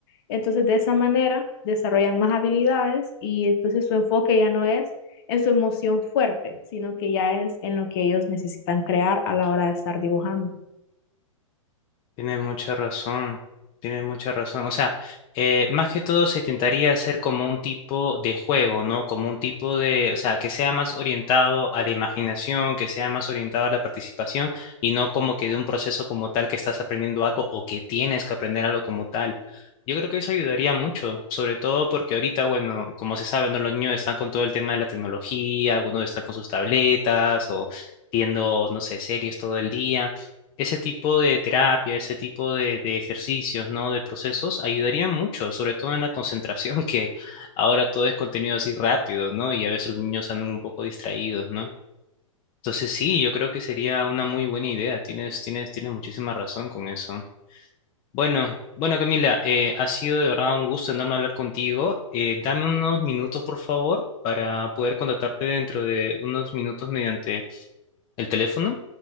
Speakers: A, on the left; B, on the left.
A: entonces, de esa manera, desarrollan más habilidades y entonces su enfoque ya no es en su emoción fuerte, sino que ya es en lo que ellos necesitan crear a la hora de estar dibujando.
B: Tienes mucha razón, tienes mucha razón. O sea, eh, más que todo se intentaría hacer como un tipo de juego, ¿no? Como un tipo de, o sea, que sea más orientado a la imaginación, que sea más orientado a la participación y no como que de un proceso como tal que estás aprendiendo algo o que tienes que aprender algo como tal. Yo creo que eso ayudaría mucho, sobre todo porque ahorita, bueno, como se sabe, ¿no? Los niños están con todo el tema de la tecnología, algunos están con sus tabletas o viendo, no sé, series todo el día ese tipo de terapia, ese tipo de, de ejercicios, ¿no? De procesos ayudarían mucho, sobre todo en la concentración, <laughs> que ahora todo es contenido así rápido, ¿no? Y a veces los niños andan un poco distraídos, ¿no? Entonces sí, yo creo que sería una muy buena idea. Tienes, tienes, tienes muchísima razón con eso. Bueno, bueno, Camila, eh, ha sido de verdad un gusto enorme hablar contigo. Eh, dame unos minutos, por favor, para poder contactarte dentro de unos minutos mediante el teléfono,